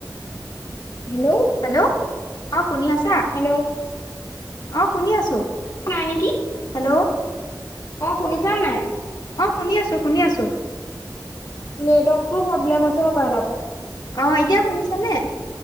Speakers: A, on the left (about 50°); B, on the left (about 70°).
A: হেল্ল'?
B: হেল্ল' অ শুনি আছা?
A: হেল্ল'?
B: অ শুনি আছো!
A: নাই নেকি?
B: হেল্ল'?
A: অঁ শুনিছা নাই?
B: অ শুনি আছো শুনি আছো!
A: নেটৱৰ্কটো প্ৰব্লেম আছে হ'ব অলপ।
B: অ এতিয়া শুনিছ নে?